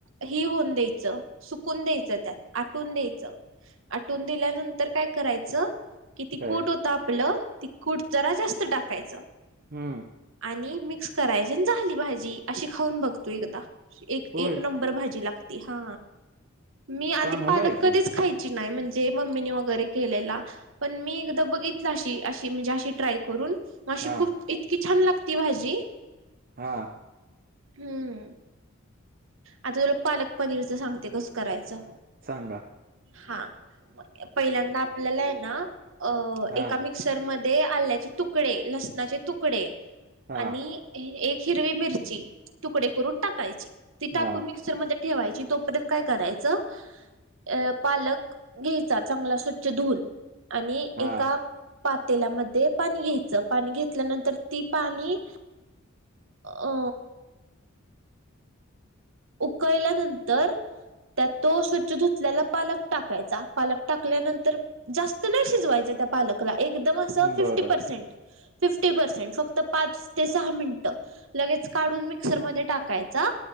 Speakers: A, on the right; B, on the right.
A: ही होऊन द्यायचं सुकून द्यायचं त्यात आटून द्यायचं. आटवून दिल्यानंतर काय करायचं. कि ती
B: काय
A: कूट होत आपलं ती कूट जरा जास्त टाकायचं.
B: हम्म.
A: आणि मिक्स करायचे झाली भाजी अशी खाऊन बघतो एकदा एक
B: होय
A: नंबर. बरोबर भाजी लागते हा मी आधी
B: चांगलं
A: पालक
B: आहे
A: कधीच.
B: की
A: खायची नाही म्हणजे मम्मीने वगैरे केलेला. पण मी एकदा बघितलं अशी अशी म्हणजे अशी ट्राय करून. मशी
B: हा
A: खूप इतकी छान लागती भाजी.
B: हा.
A: हम्म. आता तुला पालक पनीरचं सांगते कस करायचं.
B: सांगा
A: हा पहिल्यांदा आपल्याला आहे ना अ
B: हा
A: एम मिक्सरमध्येध्ये आल्याचे तुकडे लसणाचे तुकडे
B: हा
A: आणि एक हिरवी मिरची तुकडे करून टाकायची ती
B: हा
A: टाक. मिक्सरमध्ये ठेवायची तोपर्यंत काय करायचं. अ पालक घ्यायचा चांगला स्वच्छ धुऊून आणि
B: हा
A: एका. पातेल्यामध्ये पाणी घ्यायचं पाणी घेतल्यानंतर ती पाणी अ उकळल्यानंतर त्यात तो स्वच्छ धुतल्याला पालक टाकायचा पालक टाकल्यानंतर जास्त नाही शिजवायचं त्या पालकला एकदम असं फिफ्टी
B: बरं
A: पर्सेंट फिफ्टी पर्सेंट फक्त पाच ते सहा मिनिटं लगेच काढून मिक्सरमध्ये टाकायचा